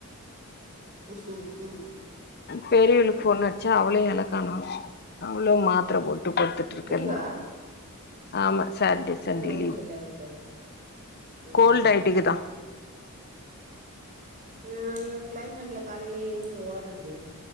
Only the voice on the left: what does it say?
பெரியிவ்ளுக் ஃபோன் அட்ச்சா அவளு எலக்கானு அவுளு மாத்ர போட் டு பட்த்துட் இர்க்கன்னா
ஆமா சேட்டே சண்டே
லீவ்
கோல்ட்
ஆயிட்டுக்குதா